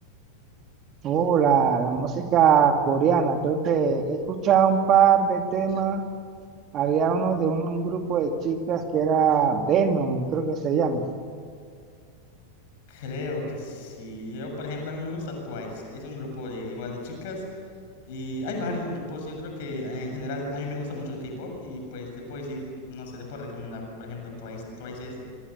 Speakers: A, on the right; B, on the left.
A: Oh, la, la música coreana, creo que he escuchado un par de temas Había uno de un, un grupo de chicas que era Venom, creo que se llama.
B: Creo que sí. Yo, por ejemplo, a mí me gusta Twice. Es un grupo de igual de chicas Y hay varios grupos, yo creo que en general a mí me gusta mucho el K-pop y pues te puedo decir, no sé, te puedo recomendar, por ejemplo, Twice, Twice eso.